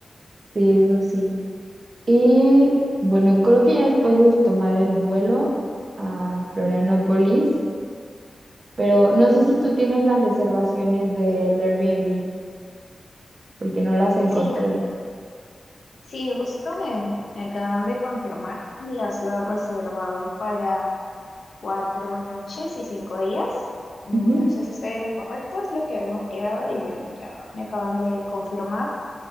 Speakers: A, on the right (about 50°); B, on the left (about 75°).
A: sí, eso sí. Y bueno, creo que ya después es tomar el vuelo a Florianópolis, pero no sé si tú tienes las reservaciones del Airbnb, porque no las encontré.
B: Sí, sí, justo me, me acaban de confirmar, las he reservado para cuatro noches y cinco días. No
A: Ujú.
B: sé si estoy en lo correcto, es lo que habíamos quedado y bueno, ya me acaban de confirmar.